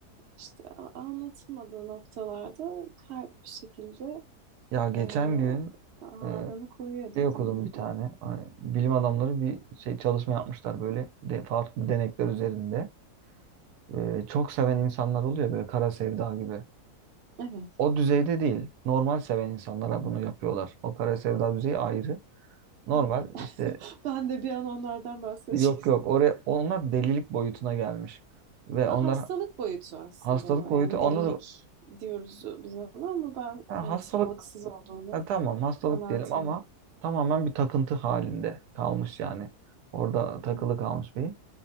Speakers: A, on the right; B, on the right.
A: işte a- anlatılmadığı noktalarda kalp bir şekilde
B: Ya geçen
A: e,
B: gün
A: ağırlığını
B: e,
A: koyuyor dediğin
B: şey okudum
A: gibi.
B: bir tane. Hani bilim adamları bir şey çalışma yapmışlar böyle de, farklı denekler üzerinde. E, çok seven insanlar oluyor böyle kara sevda gibi.
A: Evet.
B: O düzeyde değil. Normal seven insanlara bunu yapıyorlar. O kara sevda düzeyi ayrı. Normal
A: Hı.
B: işte
A: Ben de bir an onlardan bahsedeceğim.
B: yok yok oraya onlar delilik boyutuna gelmiş. Ve
A: Ama
B: onlar
A: Hastalık boyutu aslında
B: hastalık
A: o. Yani
B: boyutu onlar
A: delilik diyoruz biz ona ama ben
B: ha,
A: yani
B: hastalık
A: sağlıksız olduğunu
B: ha, tamam hastalık
A: kanaatindeyim.
B: diyelim ama tamamen bir takıntı halinde kalmış yani. Orada
A: Hı
B: takılı
A: hı.
B: kalmış beyin.